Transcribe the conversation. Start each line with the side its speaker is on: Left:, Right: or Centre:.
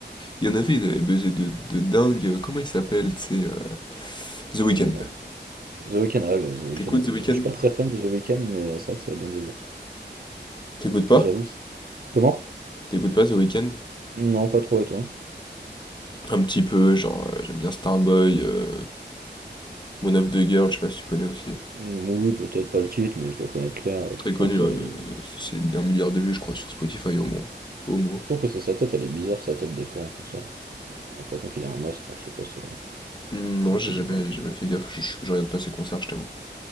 Left: Il y en avait, ils avaient buzzé de, de dingue. Comment il s'appelle, tu sais, euh, The Weeknd.
Right: dis-moi. The Weeknd, ah oui, The Weeknd.
Left: T'écoutes
Right: ouais.
Left: The Weeknd?
Right: Après, je suis pas très fan de The Weeknd, mais euh, c'est vrai que ça avait bien buzzé.
Left: T'écoutes pas?
Right: J'avoue. c'est- Comment?
Left: T'écoutes pas The Weeknd?
Right: Non, pas trop, et toi?
Left: Un petit peu, genre, euh, j'aime bien Starboy, euh, Mon of the Girl, je sais pas si tu connais aussi.
Right: Mm, Oui, peut-être pas le titre, mais je dois connaître l'air, euh,
Left: Très
Right: je
Left: connu,
Right: pense
Left: euh,
Right: à la vie.
Left: c'est c'est un milliard de vues, je crois, sur Spotify au moins. Au moins.
Right: Je trouve que c'est sa tête, elle est bizarre, sa tête, des fois, en concert. J'ai l'impression qu'il a un masque, hein, je sais pas, c'est
Left: Hmm, Non,
Right: un
Left: j'ai
Right: peu
Left: jamais,
Right: bizarre.
Left: jamais fait gaffe, je, je- je regarde pas ces concerts, je t'avoue.